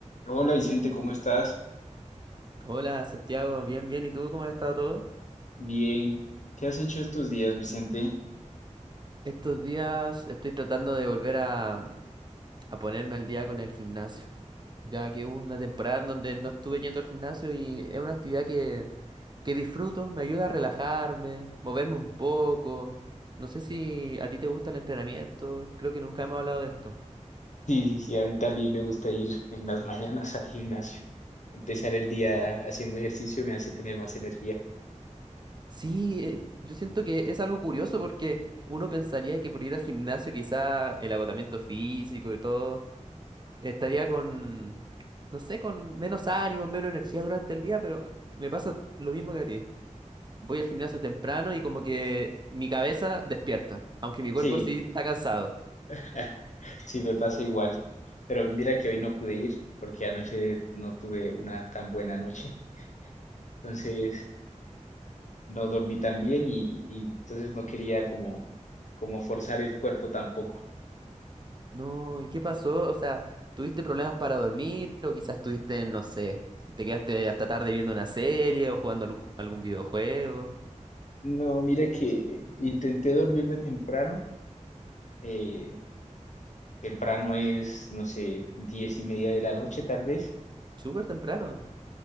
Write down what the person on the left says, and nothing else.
Hola Vicente, ¿cómo estás?
Bien. ¿Qué has hecho estos días, Vicente? <laughs>
Sí, sí, sí, a mí también me gusta ir en las mañanas al gimnasio. Empezar el día haciendo ejercicio me hace tener más energía.
Sí,
<laughs> sí, me pasa igual. Pero mira que hoy no pude ir porque anoche no tuve una tan buena noche. Entonces no dormí tan bien y, y entonces no quería como, como forzar el cuerpo tampoco.
No, mira que intenté dormirme temprano. eh, temprano es, no sé, diez y media de la noche tal vez.